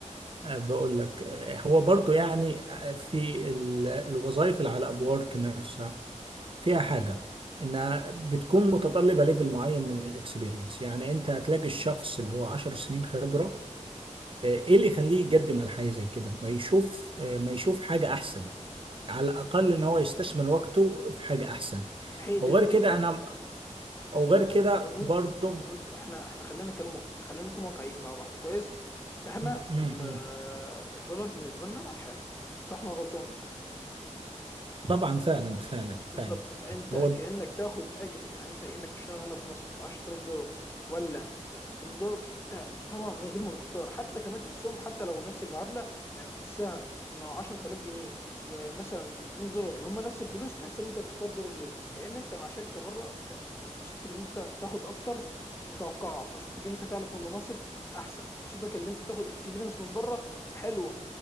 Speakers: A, on the right; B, on the left.
A: آه، بقول لك آه، هو برضه يعني آه، في ال- الوظائف اللي على ابورك نفسها فيها حاجة انها بتكون متطلبة ليفل معين من الاكسبيرينس يعني انت هتلاقي الشخص اللي هو 10 سنين خبرة آه، ايه اللي يخليه يقدم على حاجة زي كده ما يشوف آه، ما يشوف حاجة احسن على الأقل إن هو يستثمر وقته في حاجة أحسن
B: هي دي
A: وغير
B: الفكره
A: كده أنا وغير
B: ال-
A: كده
B: ان الهنود
A: برضه
B: الهنود احنا احنا خلينا نتكلم خلينا نكون واقعيين مع بعض كويس احنا
A: م- م- م.
B: ال- الدولار بالنسبه لنا حلو صح ولا انا غلطان
A: طبعا فعلا فعلا فعلا
B: بالظبط انت
A: هو
B: كانك تاخد اجر يعني انت كانك تشتغل هنا في مصر ب 10000 دولار ولا 300 دولار انت انت طبعا من غير ما بتختار حتى كمان تحسهم حتى لو نفس المعادله يعني تحسها ان 10000 جنيه ومثلا 200 دولار اللي هم نفس الفلوس تحس ان انت تختار دولار ليه؟ لان انت مع شركه بره انت فرصتك ان انت تاخد اكتر متوقعه، فرصتك ان انت تعلى في المناصب احسن، فرصتك ان انت تاخد اكسبيرينس من بره حلوه